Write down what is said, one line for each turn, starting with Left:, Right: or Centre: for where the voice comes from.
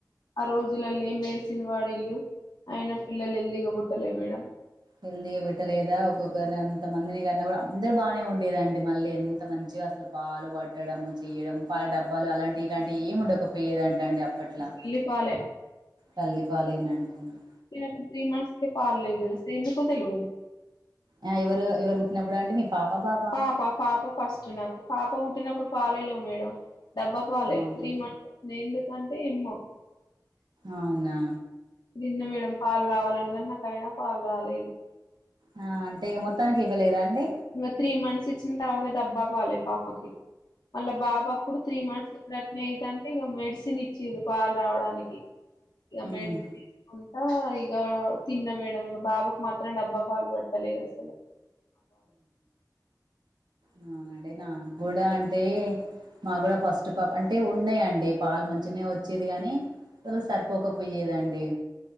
Left: ఆ రోజులల్లో ఏం మెడిసిన్ వాడిళ్ళు అయిన పిల్లలు హెల్దీగా పుట్టలే మేడం.
Right: హెల్తీగా పెట్టలేదా ఒక్కొక్కరిని అంతమందిని కన్నా కూడా. అందరు బాగానే ఉండేదండి మళ్ళీ ఎంత మంచిగా అసలు పాలు పట్టడంము చేయడం పాలు డబ్బాలు అలాంటి. ఇలాంటి ఏం ఉండకపోయేదంట అండి అప్పట్లా
Left: తల్లి పాలే
Right: తల్లిపాలేనంటన్రు.
Left: ఈయనకి త్రి మంత్స్కె పాలేవు కదా అసలు ఎందుకో తెలువదు.
Right: ఆ ఎవరు ఎవరు పుటినప్పుడు అండి మీ. పాప బాబా.
Left: పాప పాప ఫస్ట్ నాకు పాప బుట్టినప్పుడు పాలే లెవు మేడం. డబ్బ పాలే
Right: అవునా
Left: త్రీ మంత్స్ నే ఎందుకంటే ఎమ్మో.
Right: అవునా.
Left: నిన్న మేడం పాలు రావాలి అన్నగాని నాకైనా పాలు రాలేదు.
Right: హా అంటే ఇక మొత్తానికి ఇవ్వలేదా అండి.
Left: ఇంకా త్రీ మంత్స్ ఇచ్చిన తర్వాత డబ్బా పాలే పాపకి వాళ్ళ బాబు అప్పుడు త్రీ మంత్స్. విరత్ని అయితాంటే ఇగ మెడిసిన్ ఇచ్చిన్రు పాలు రావడానికి ఇగ
Right: మ్మ్
Left: మెడిసిన్ ఇ. అంటా ఇగా తిన్న మేడం ఇగ బాబుకు మాత్రం డబ్బ పాలు బట్టలేని అసలే.
Right: అవునండి నాకు కూడా అంటే. మా గుడా ఫస్ట్ పాప అంటే ఉన్నాయండి పాలు మంచిగా వొచ్చేది గనీ. తోల సరిపోక పొయ్యేదండి.